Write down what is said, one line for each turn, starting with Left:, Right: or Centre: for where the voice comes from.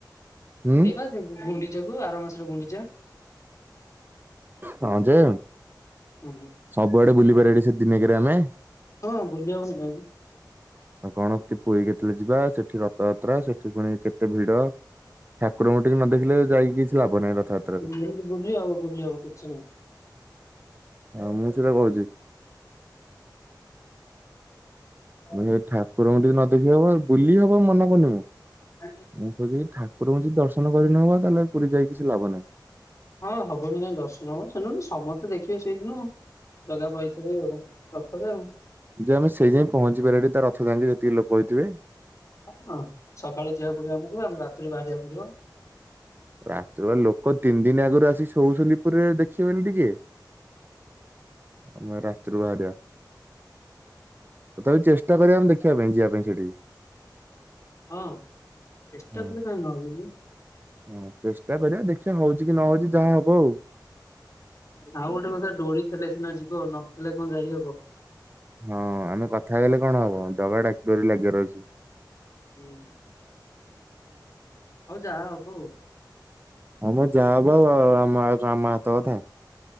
Right: ହୁଁ
Left: ଏଇ ବା ଗୁଣ୍ଡିଚା କୁ ଆର ମାସରେ ଗୁଣ୍ଡିଚା
Right: ହଁ ଯେ
Left: ହୁଁ ହୁଁ।
Right: ସବୁଆଡେ ବୁଲି ପାରିବାଟି ସେ ଦିନ କରେ ଆମେ
Left: ହଁ ଭୁଲି ହବନି କହାକୁ।
Right: ଆଉ କଣ କି ପୁରୀ କେତେଳେ ଯିବା ସେଠି ରଥଯାତ୍ରା ସେଠି ପୁଣି କେତେ ଭିଡ ଠାକୁରଙ୍କୁ ଟିକେ ନ ଦେଖିଲେ ଯାଇକି କିଛି ଲାଭ ନାହିଁ ରଥଯାତ୍ରାରେ
Left: ବୁଲି ବୁଲି ହବ ବୁଲି ହବ କିଛି ନାହଁ।
Right: ହଁ ମୁଁ ସେଟା କହୁଛି
Left: ନାହିଁ।
Right: ମୁଁ ସେଇ ଠାକୁରଙ୍କୁ ଟିକେ ନ ଦେଖି ହବ ବୁଲି ହବ ମନା କରୁନି ମୁଁ
Left: ହଁ
Right: ମୁଁ କହୁଛିି କି ଠାକୁରଙ୍କୁ ଯଦି ଦର୍ଶନ କରିନହବ ତାହେଲେ ପୁରୀ ଯାଇକ କିଛି ଲାଭ ନାହିଁ।
Left: ହଁ ହବନି କାଇଁ ଦର୍ଶନ ହବ ସେଣୁ ସମସ୍ତେ ଦେଖିବେ ସେଇଦିନ ଆଉ ଜଗା ବହିଥିବେ ଆଉ ରଥରେ ଆଉ
Right: ଯେ ଆମେ ସେଇ ଯାଇଁ ପହଞ୍ଚି ପାରିବା ଟି ତାର ରଥ ଯାଇକି ଯେତିକି ଲୋକ ହେଇଥିବେ।
Left: ହଁ ହଁ ସକାଳୁ ଯିବାକୁ ପଡିବ ଆମକୁ ଆମେ ରାତିରୁ ବାହାରିବାକୁ ପଡିବ
Right: ରାତି ଲୋକ ତିନି ଦିନ ଆଗରୁ ଆସି ଶୋଉଛନ୍ତି ପୁରୀ ଦେଖିବନି ଟିକେ। ଆମେ ରାତିରୁ ବାହାରିବା। ତଥାପି ଚେଷ୍ଟା କରିବା ଆମେ ଦେଖିବା ପାଇଁ ଯିବା ପାଇଁ ସେଠି।
Left: ହଁ ଚେଷ୍ଟା
Right: ହଁ
Left: କଲେ କା ନବୁ ଯେ।
Right: ହଁ ଚେଷ୍ଟା କରିବା ଦେଖିବା ହଉଛି କି ନ ହଉଛି ଯାହା ହବ ଆଉ।
Left: ଆଉ ଗୋଟେ କଥା ଡୋରି ଥିଲେ ସିନା ଯିବ ନଥିଲେ କଣ ଯାଇହବ?
Right: ହଁ ଆମେ କଥା କହିଲେ କଣ ହବ ଜଗା ଡାକରି ଡୋରି ଲାଗିବାର ଅଛି।
Left: ହୁଁ ହଉ ଯାହା ହବ ଆଉ
Right: ହମ ଯାହା ହବ ଆମ କାମ ଆମ ହାତ କଥାଏ